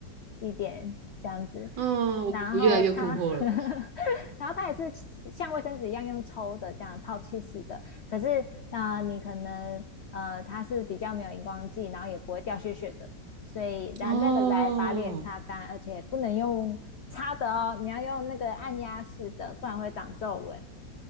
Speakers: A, on the left; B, on the right.
A: 一点，这样子。
B: 哦，我我越来越困惑了。
A: 然后它，<laughs> 然后它也是像卫生纸一样用抽的，这样泡气式的。可是，呃，你可能呃，它是比较没有荧光剂，然后也不会掉屑屑的。所以拿那个来把脸擦干，
B: 哦，
A: 而且不能用擦的哦，你要用那个按压式的，不然会长皱纹。